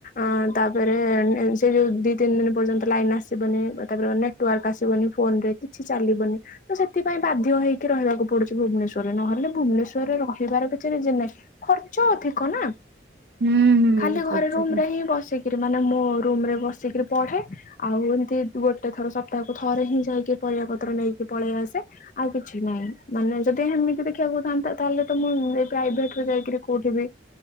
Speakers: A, on the left; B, on the right.
A: ଅଁ ତାପରେ ସେ ଯୋଉ ଦି ତିନି ଦିନ ପର୍ଯ୍ୟନ୍ତ ଲାଇନ ଆସିବନି ତାପରେ ନେଟ୍ ନେଟୱର୍କ ଆସିବନି ଫୋନ ରେ କିଛି ଚାଲିବନି। ତ ସେଥିପାଇଁ ବାଧ୍ୟ ହେଇକି ରହିବାକୁ ପଡୁଛି ଭୁବନେଶ୍ଵରରେ ନହେଲେ ଭୁବନେଶ୍ଵରରେ ରହିବାର କିଛି ରିଜିନ ନାହିଁ। ଖର୍ଚ୍ଚ ଅଧିକ ନା।
B: ହୁଁ
A: ଖାଲି
B: ହୁଁ
A: ଘରେ
B: କରୁଛନ୍ତି
A: ରୁମ୍ ରେ ହିଁ ବସିକିରି ମାନେ ମୋ ରୁମ୍ ରେ ବସିକିରି ପଢେ। ଆଉ ଏମିତି ଗୋଟେ ଥର ସପ୍ତାହକୁ ଥରେ ହିଁ ଯାଇକି ପରିବା ପତ୍ର ନେଇକି ପଳେଇ ଆସେ। ଆଉ କିଛି ନାହିଁ ମାନେ ଯଦି ହେମିତି ଦେଖିବାକୁଥାନ୍ତା ତାହେଲେ ତ ମୁଁ ଏ ପ୍ରାଇଭେଟ୍ ଯାଇକିରି କୋଉଠିବି